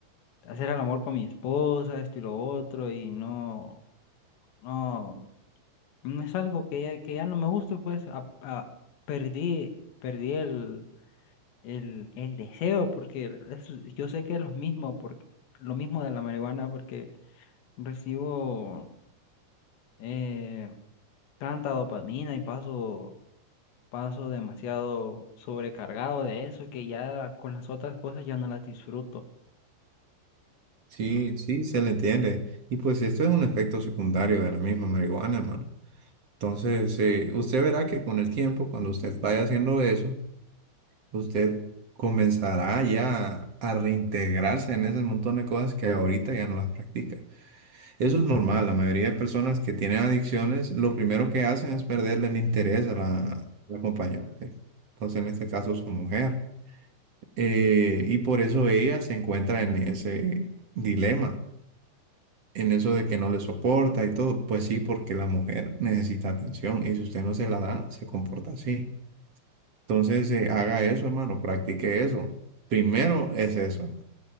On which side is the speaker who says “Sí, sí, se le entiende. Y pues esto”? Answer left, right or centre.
Right